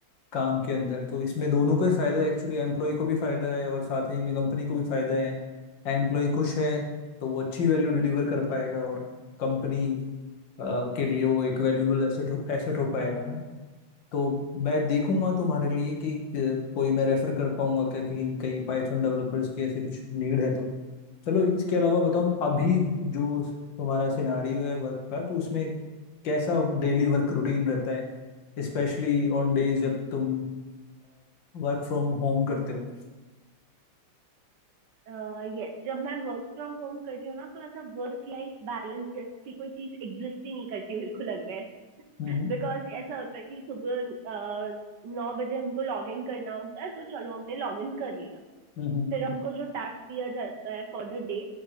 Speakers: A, on the left; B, on the right.
A: काम के अंदर तो इसमें दोनों को ही फायदा है एक्चुअली एम्प्लॉय को भी फायदा है और साथ ही में कंपनी को भी फायदा है एम्प्लॉय खुश है तो वो अच्छी वैल्यू डिलीवर कर पाएगा और कंपनी अ, के लिए वो एक वैल्यूबल एसेट एसेट हो पाएगा ना तो मैं देखूंगा तुम्हारे लिए कि अ, कोई मैं रेफर कर पाऊंगा क्या कहीं कहीं पाइथन डेवलपर्स की ऐसी कुछ नीड है तो चलो इसके अलावा बताओ अभी जो तुम्हारा सिनारियो है वर्क का तो उसमें कैसा डेली वर्क रूटीन रहता है स्पेशली ऑन डेज जब तुम वर्क फ्रॉम होम करते हो
B: यस जब मैं वर्क फ्रॉम होम करती हूँ ना तो ऐसा वर्क लाइफ बैलेंस जैसी कोई चीज एग्जिस्ट ही नहीं करती मेरे को लग रहा है
A: Hmm
B: बिकॉज ऐसा होता है कि सुबह नौ बजे हमको लॉग इन करना होता है तो चलो हमने लॉग इन कर लिया
A: hmm
B: फिर हमको जो टास्क दिया जाता है फॉर द डे